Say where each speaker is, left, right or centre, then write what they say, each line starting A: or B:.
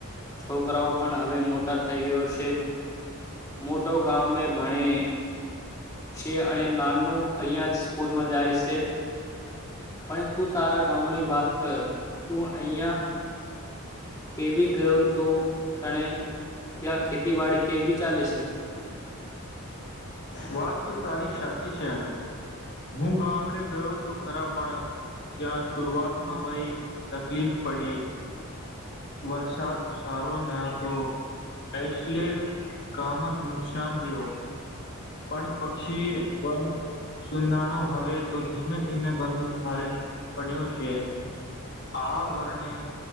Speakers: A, on the left; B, on the left.
A: છોકરાઓ પણ હવે મોટા થઈ ગયો છે મોટો ગામમે ભણે છે અને નાનો અહિયાં જ સ્કૂલમાં જાય છે પણ તું તારા ગામની વાત કર તું અહંયા કેવી ગયો તો તણે ત્યાં ખેતીવાડી કેવી ચાલે છે
B: વાત તો તારી સાચી છે હું ગામડે ગયો તો ખરા પણ ત્યાં શરૂઆતમાં ભાઈ તકલીફ પડી વરસાદ સારો ન હતો એશલે કામક નુકસાન ગયો પણ પક્ષી વણ સુનાાણો હવે તો ધીમે ધીમે બંધુ સારે પડ્યું છે આ વર્ણે